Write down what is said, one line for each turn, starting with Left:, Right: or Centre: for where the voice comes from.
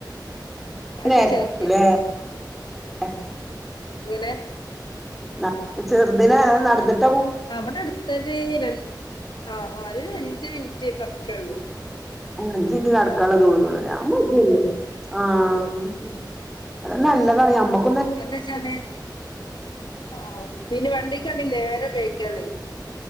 Left: കഷെ
Centre: നേരത്തെ
Left: ചെർക്കെ.
Centre: <unintelligible>
Left: എങ്ങനെ?
Centre: ന്ന ചെറുദിനെ അത് നടന്നിട്ട്
Left: അവെടെടുത്തൊരു രണ്ട് ആഹ് ആഹ് ഒരഞ്ചമിനിറ്റ് പതുക്കേള്ളൂ.
Centre: അഞ്ചിറ്റ് നടെക്കാനൊള്ള ദൂരോള്ളേ. ഞാപ്പോയിട്ട് വെരും.
Left: കൊടുക്കുള്ളൂ
Centre: ആം ശെരി. അത് നല്ലെതാണ് നമ്മെക്കും
Left: എന്നെച്ചാല് ആഹ് പിന്നെ വണ്ടിക്ക് വന്നില്ലേ. ഏരെ പോയ്